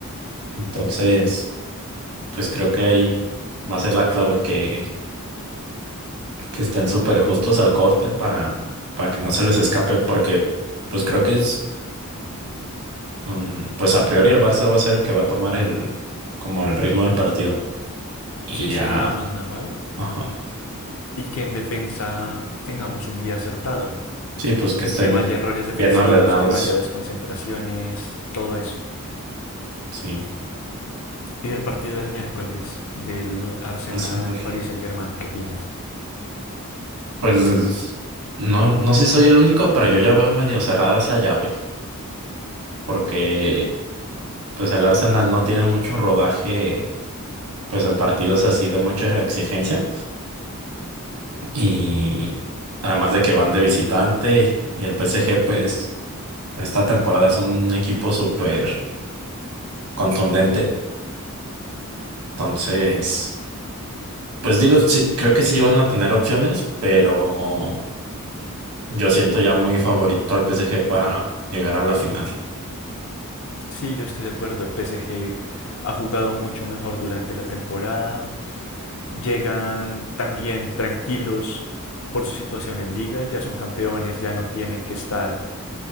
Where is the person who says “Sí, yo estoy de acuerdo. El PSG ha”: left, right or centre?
Left